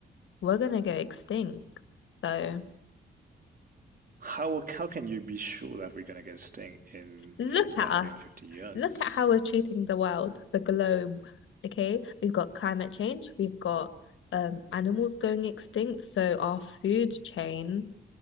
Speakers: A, on the left; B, on the right.
A: we're gonna go extinct. So
B: how how can you be sure that we're gonna get this thing in
A: Look
B: for 150
A: at us.
B: years?
A: Look at how we're treating the world, the globe. Okay, we've got climate change, we've got um animals going extinct, so our food chain